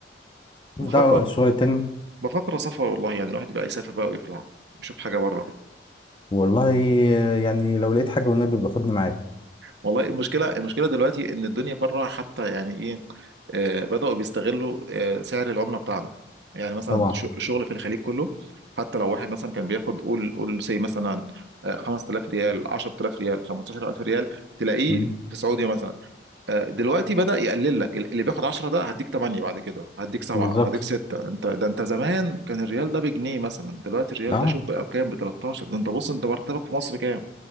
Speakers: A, on the left; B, on the right.
A: مش
B: بفكر
A: دعوه الشغل التاني
B: بفكر اسافر والله يعني الواحد يبقى يسافر بقى ويطلع يشوف حاجه بره
A: والله يعني لو لقيت حاجه والنبي باخدني معاك
B: والله المشكله المشكله دلوقتي ان الدنيا بره حتى يعني ايه آه بداوا بيستغلوا آه سعر العمله بتاعنا يعني مثلا
A: طبعا
B: ش- شغل في الخليج كله حتى لو واحد مثلا كان بياخد قول قول سي مثلا آه 5000 ريال 10000 ريال 15000 ريال تلاقيه
A: مم.
B: في السعوديه مثلا آه، دلوقتي بدأ يقلل لك اللي بياخد 10 ده هديك 8 بعد كده هديك 7
A: بالظبط
B: هديك 6 انت ده انت زمان كان الريال ده بجنيه مثلا دلوقتي الريال
A: اه
B: ده شوف بقى بكام ب 13 ده انت بص انت مرتبك في مصر كام